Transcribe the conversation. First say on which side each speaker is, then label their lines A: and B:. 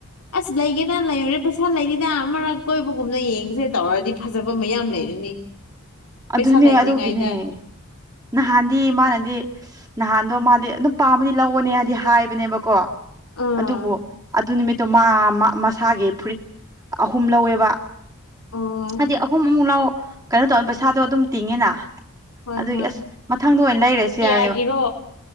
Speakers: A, on the left; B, on the right.
A: ꯑꯁ ꯂꯩꯒꯦꯔ ꯂꯩꯔꯣꯢꯔ ꯄꯩ ꯄꯩꯁꯥ ꯂꯩꯔꯤꯗ ꯑꯃꯔꯛ ꯀꯣꯏꯕꯒꯨꯝꯅ ꯌꯦꯡꯁꯦ ꯇꯧꯔꯗꯤ ꯐꯖꯕ ꯃꯌꯥꯝ ꯂꯩꯔꯅꯤ
B: ꯑꯗꯨꯅꯦ
A: ꯄꯩꯁꯥ ꯂꯩꯇ꯭ꯔꯤꯉꯩꯗ
B: ꯑꯗꯨꯒꯤꯅꯦ ꯅꯍꯥꯟꯗꯤ ꯃꯥꯅꯗꯤ ꯅꯍꯥꯟꯗꯣ ꯃꯥꯗꯤ ꯑꯗꯨꯝ ꯄꯥꯝꯃꯗꯤ ꯂꯧꯑꯣꯅꯦ ꯍꯥꯏꯗꯤ ꯍꯥꯏꯕꯅꯦꯕꯀꯣ
A: ꯎꯝ
B: ꯑꯗꯨꯕꯨ ꯑꯗꯨ ꯅꯨꯃꯤꯠꯇꯣ ꯃꯥ ꯃꯁꯥꯒꯤ ꯐꯨꯔꯤꯠ ꯑꯍꯨꯝ ꯂꯧꯋꯦꯕ
A: ꯑꯣ
B: ꯍꯥꯏꯗꯤ ꯑꯍꯨꯝ ꯑꯃꯨꯛ ꯂꯧ ꯀꯩꯅꯣ ꯇꯧ ꯄꯩꯁꯥꯗꯣ ꯑꯗꯨꯝ ꯇꯤꯡꯉꯦꯅ
A: ꯍꯣꯏ
B: ꯑꯗꯨꯒꯤ
A: ꯍꯣꯏ
B: ꯑꯁ ꯃꯊꯪꯗ ꯑꯣꯏꯅ ꯂꯩꯔꯁꯦ
A: ꯀꯌꯥꯒꯤꯔꯣ
B: ꯍꯥꯏꯌꯣ